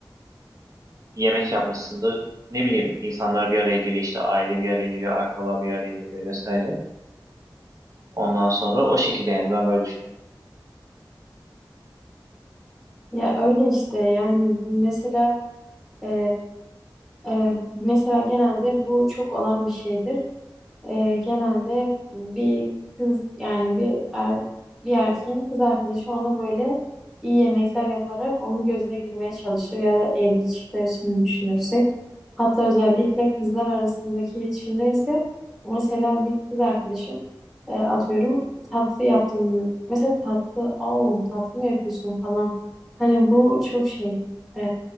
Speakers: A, on the right; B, in the centre.
A: bir yemek yapmışsındır ne bileyim insanlar bir araya geliyor işte aile bir araya geliyor akraba bir araya geliyor vesaire Ondan sonra o şekilde yani ben böyle düşünüyorum.
B: Ya öyle işte yani mesela e, e, mesela genelde bu çok olan bir şeydir. Ee, genelde bir kız yani bir er, bir erkeğin kız arkadaşı ona böyle iyi yemekler yaparak onun gözüne girmeye çalışır ya da evli çiftler için düşünürsek. Hatta özellikle kızlar arasındaki iletişimde ise mesela bir kız arkadaşım e, atıyorum tatlı yaptığını mesela tatlı "Au, tatlı mı yapıyorsun falan hani bu çok şey e,